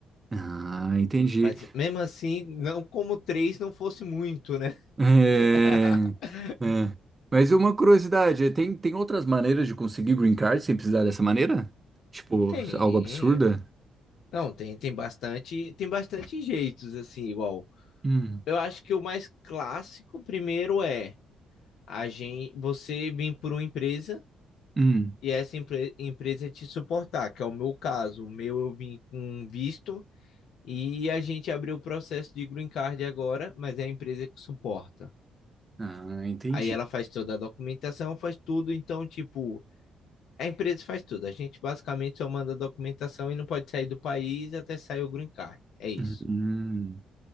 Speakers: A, on the right (about 25°); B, on the left (about 75°).
A: Ah, entendi.
B: Mas
A: <laughs>
B: mesmo assim, não como 3 não fosse muito, né?
A: É,
B: <laughs>
A: é. Mas uma curiosidade, tem, tem outras maneiras de conseguir Green Card sem precisar dessa maneira? Tipo,
B: Tem.
A: algo absurda?
B: Não, tem, tem bastante, tem bastante jeitos assim, igual.
A: Hum.
B: Eu acho que o mais clássico primeiro é a gente, você vir por uma empresa
A: hum.
B: e essa empre- empresa te suportar, que é o meu caso. O meu eu vim com um visto e a gente abriu o processo de green card agora, mas é a empresa que suporta.
A: Ah, entendi.
B: Aí ela faz toda a documentação, faz tudo, então, tipo, a empresa faz tudo. A gente basicamente só manda a documentação e não pode sair do país até sair o green card. É isso.
A: Hum,